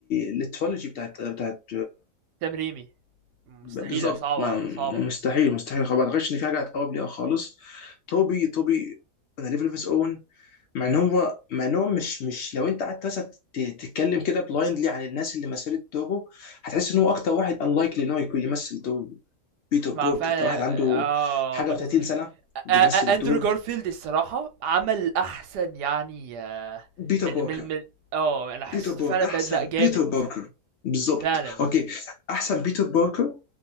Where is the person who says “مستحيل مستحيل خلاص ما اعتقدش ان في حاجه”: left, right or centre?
Left